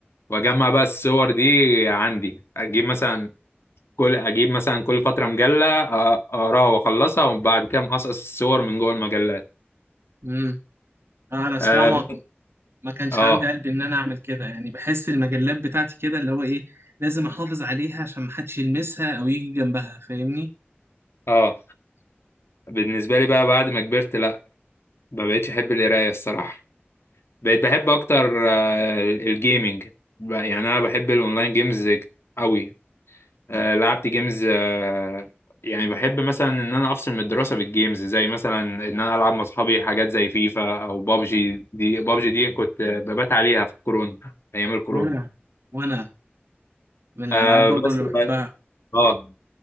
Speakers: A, on the left; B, on the right.
A: وأجمع بقى الصور دي عندي أجيب مثلا كل اجيب مثلا كل فتره مجله آه، اقراها واخلصها وبعد كده مقصقص الصور من جوه المجلات
B: مم. أنا الصراحة
A: اه
B: ما ما كانش
A: اه
B: عندي قلب ان انا اعمل كده يعني بحس المجلات بتاعتي كده اللي هو ايه لازم احافظ عليها عشان ما حدش يلمسها او يجي جنبها فاهمني
A: آه. بالنسبه لي بقى بعد ما كبرت لا ما بقتش احب القرايه الصراحه بقيت بحب اكتر آه، الجيمنج بقى- يعني انا بحب الاونلاين جيمز قوي آه، لعبت جيمز آه، يعني بحب مثلا ان انا افصل من الدراسه بالجيمز زي مثلا ان انا العب مع اصحابي حاجات زي فيفا او بابجي دي بابجي دي كنت ببات عليها في الكورونا ايام الكورونا
B: وانا وانا من الالعاب
A: آه
B: برضو
A: بس
B: اللي بحبها
A: اه